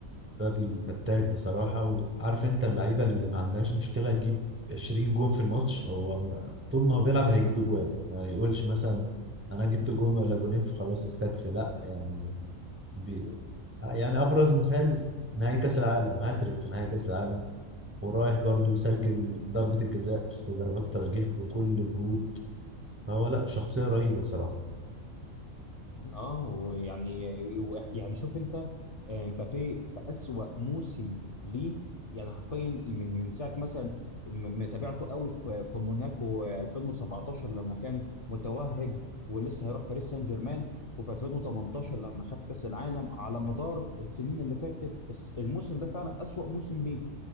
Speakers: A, on the right; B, on the left.
A: مبابي فتاك بصراحة وعارف انت اللعيبة اللي ما عندهاش مشكلة تجيب 20 جون في الماتش هو م- طول ما هو بيلعب هيجيب جوان ما يقولش مثلا انا جبت جون ولا جونين فخلاص استكفي لا يعني بي... يعني ابرز مثال نهائي كاس العالم هاتريك في نهائي كاس العالم ورايح برضو يسجل ضربة الجزاء في ضربات ترجيح بكل برود فهو لا شخصية رهيبة بصراحة
B: اه ويعني يعني شوف انت آه، مبابي في اسوأ موسم ليه يعني حرفيا من من ساعه مثلا م- متابعته قوي في في موناكو آه، 2017 لما كان متوهج ولسه هيروح باريس سان جيرمان وفي 2018 لما خد كاس العالم على مدار السنين اللي فاتت الس- الموسم ده فعلا اسوأ موسم ليه